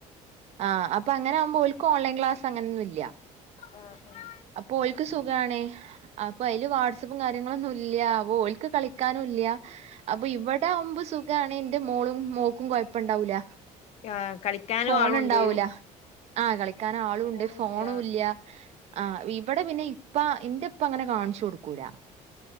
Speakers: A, on the right (about 50°); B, on the left (about 50°).
A: ആ അപ്പൊങ്ങനാകുമ്പോ ഓൽക്ക് ഓൺലൈൻ ക്ലാസ്സ്‌ അങ്ങനൊന്നുല്ല.
B: ആ ആ
A: അപ്പൊ ഓൽക്ക് സുഖാണെ അപ്പൊ അതില് വാട്സപ്പും കാര്യങ്ങളൊന്നും ഇല്ല്യ ഓൽക്ക് കളിക്കാനും ഇല്ല്യ അപ്പൊ ഇവിടെ ആവുമ്പോ സുഗാണ് ന്റെ മോളും മോക്കും കൊയപ്പം ഇണ്ടാവൂല
B: ആഹ് കളിക്കാനും
A: ഫോൺ
B: ആളുണ്ട്
A: ണ്ടാവൂല ആഹ് കളിക്കാൻ ആളുംണ്ട്
B: ഫോണൂല്ല
A: ഫോണുല്ല ആ ഇവിടെ പിന്നെ ഇപ്പ ഇന്റെ ഇപ്പ അങ്ങനെ കാണിച്ചു കൊട് ക്കൂല്ല.